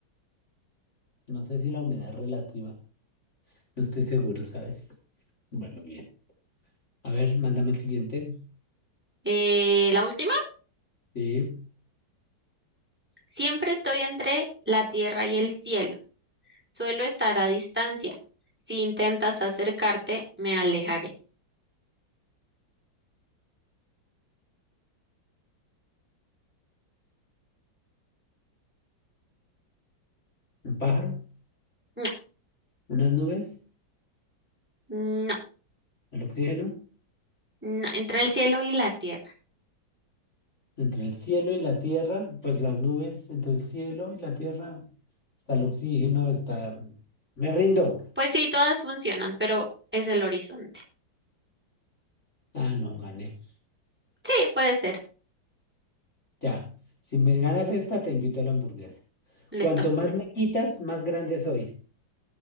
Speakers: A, on the left (about 35°); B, in the centre.
A: No sé si la humedad es relativa. No estoy seguro, ¿sabes? Bueno, bien. A ver, mándame el siguiente.
B: Eh, la última.
A: Sí,
B: Siempre estoy entre la tierra y el cielo. Suelo estar a distancia. Si intentas acercarte, me alejaré.
A: un pájaro,
B: No,
A: unas nubes,
B: no,
A: el oxígeno,
B: no, entre el cielo y la tierra.
A: entre el cielo y la tierra, pues las nubes, entre el cielo y la tierra, está el oxígeno, está... Me rindo.
B: Pues sí, todas funcionan, pero es el horizonte.
A: Ah, no, gané.
B: Sí, puede ser.
A: Ya. Si me ganas esta, te invito a la hamburguesa. Cuanto
B: Listo.
A: más me quitas, más grande soy.